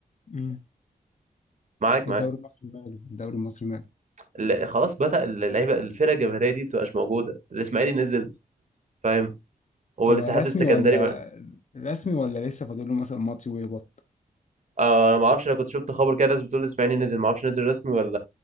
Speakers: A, on the left (about 50°); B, on the right (about 55°).
A: مم.
B: معاك
A: الدوري
B: معاك
A: المصري ماله الدوري المصري ماله
B: ال- خلاص بدأ اللعيبه الفرقه الجماهيريه دي بتبقاش موجوده الاسماعيلي نزل فاهم هو
A: هو
B: الاتحاد
A: رسمي
B: السكندري
A: ولا
B: ما
A: رسمي ولا لسه فاضل له مثلا ماتش ويهبط
B: آه انا ما اعرفش انا كنت شفت خبر كده ناس بتقول الاسماعيلي نزل ما اعرفش نزل رسمي ولا